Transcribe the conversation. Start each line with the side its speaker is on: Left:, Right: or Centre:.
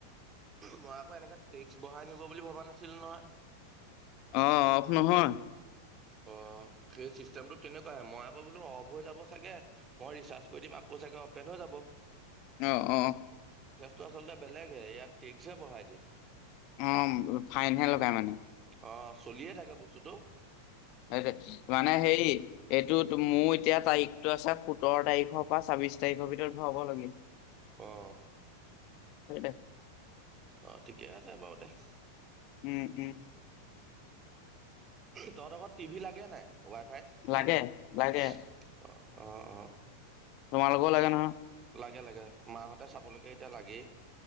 Right: মই আকৌ এনেকে টেক্স বঢ়াই নিব বুলি ভবা নাছিলো নহয়।
Left: অ অফ নহয়
Right: অ সেই চিষ্টেমটো তেনেকোৱাই মই আকৌ বোলো অফ হৈ যাব চাগে মই ৰিচাৰ্জ কৰি দিম <unintelligible> আকৌ চাগে অপেন হৈ যাব
Left: অ অ
Right: তোৰ আচলতে বেলেগহে ইয়াত টেক্সহে বহাই দিয়ে
Left: অ ফাইনহে লগাই মানে।
Right: অ চলিয়ে থাকে বস্তুটো
Left: সেইটো মানে হে। এইটো মোৰ এতিয়া তাৰিখটো আছে সোঁতৰ তাৰিখৰ পৰা ছাব্বিশ তাৰিখৰ ভিতৰত ভৰাব লাগিল।
Right: আহ
Left: সে তে
Right: অ ঠিকে আছে বাৰু দে
Left: উম উম।
Right: তহঁতঘৰত টিভি লাগে নাই? ৱাই ফাইত
Left: লাগে লাগে
Right: অ অ অ
Left: তোমাল লোক লাগে ন হয
Right: লাগে লাগে মাহঁতে চাবলৈকে এতিয়া লাগেই